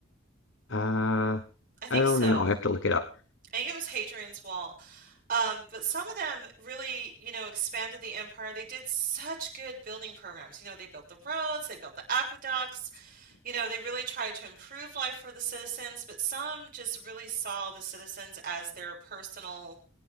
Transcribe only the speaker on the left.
Uh,
I don't
know. I have to look it up.